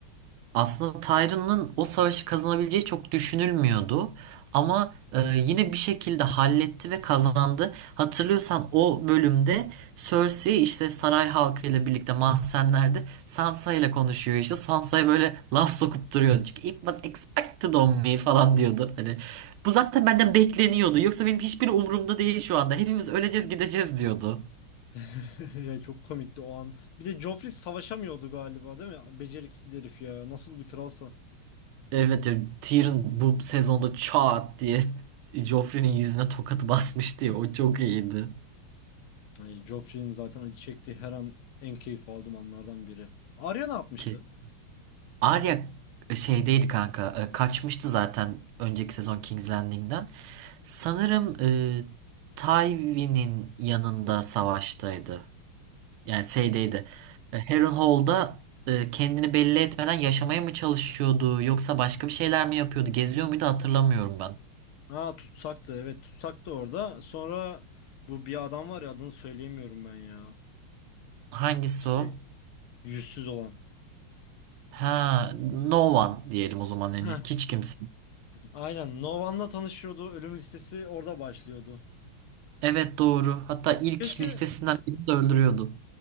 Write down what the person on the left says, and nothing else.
<laughs> Ya çok komikti o an. Bir de Joffrey savaşamıyordu galiba değil mi? Beceriksiz herif ya. Nasıl bir kralsa.
Ay, Joffrey'in zaten acı çektiği her an en keyif aldığım anlardan biri. Arya ne yapmıştı?
Ha tutsaktı evet tutsaktı orada. Sonra bu bir adam var ya adını söyleyemiyorum ben ya.
Şey,
yüzsüz olan.
Heh,
aynen Novan'la tanışıyordu. Ölüm listesi orada başlıyordu.
Keşke